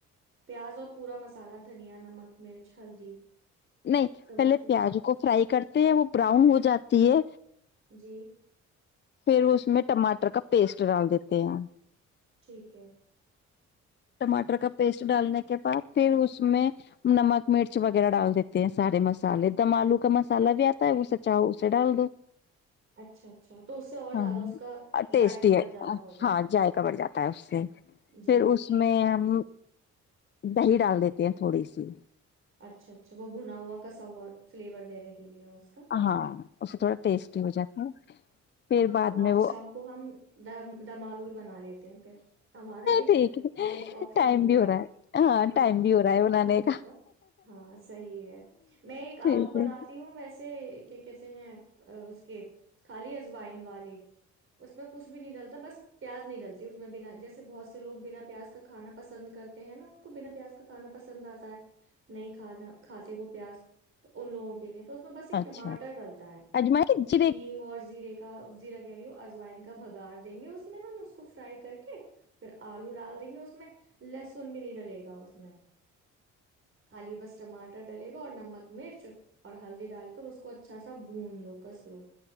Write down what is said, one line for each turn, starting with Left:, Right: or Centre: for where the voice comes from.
Right: پیاز اور پورا مسالہ دھنیا نمک مرچ ہلدی
Left: نہیں
Right: سب
Left: پہلے
Right: اچھے
Left: پیاز
Right: سے
Left: کو فرائی کرتے ہیں وہ براؤن ہو جاتی ہے
Right: جی
Left: پھر اس میں ٹماٹر کا پیسٹ ڈال دیتے ہیں
Right: ٹھیک ہے
Left: ٹماٹر کا پیسٹ ڈالنے کے بعد پھر اس میں نمک مرچ وغیرہ ڈال دیتے ہیں سارے مسالے دم آلو کا مسالہ بھی آتا ہے وہے چاؤ اسے ڈال دو
Right: اچھا اچھا تو اس سے اور زیادہ
Left: ہاں
Right: اس کا
Left: ٹیسٹی
Right: ذائقہ بڑھ
Left: ہے
Right: جاتا ہوگا
Left: ہاں جذائقہ پڑ جاتا ہے اس سے
Right: جی
Left: پھر اس ہم دہی ڈال دیتے ہیں تھوڑی سی
Right: اچھا اچھا وہ بھنا ہوا کسا ہوا فلیور دینے کے لیے کا
Left: ہاں اس سے تھوڑا ٹیسٹی ہو جاتا ہے پھر بعد
Right: تو
Left: میں
Right: آج
Left: وہ
Right: شام کو ہم دمالو ہی بنا لیتے پ ہمارا ایک
Left: ٹھیک ہے
Right: ہمیں ایک آپشن
Left: ٹائم
Right: مل
Left: بھی
Right: گیا
Left: ہو رہا ہے
Right: ہاں
Left: ٹائم بھی ہو رہا ہے بنانے
Right: کھانے کا ہاں صحیح ہے میں ایک
Left: ٹھیک
Right: آلو بناتی
Left: ہے
Right: ہوں ویسے کیا کہتے ہیں اس کے خالی وائن والے اس میں کچھ بھی نہیں ڈلتا بس پیاز نہیں ڈلتی اس میں بنا جیسے بہت سے لوگ بنا پیاز کا کھانا پسند کرتے ہیں نا ان کو بنا پیاز کا کھانا پسند آتا ہے نہیں کھانا کھاتے وہ پیاز تو ان لوگوں کے لیے تو اس میں بس ایک
Left: اچھا
Right: ٹماٹر ڈلتا ہے
Left: اجما کے جرے
Right: ہگ اور زیرے کا کا زیرا گری ہو ازوائن کا بگاار دیں گے اس میں ہم اس کو فرائی کر کے پھر آلو ڈال دیں گے اس میں لہسن بھی نہیں ڈلے گا اس میں خالی بس ٹماٹر ڈلے گا اور نمک مرچ اور ہلدی ڈال کر اس کو اچھا سا بھون لو کس لو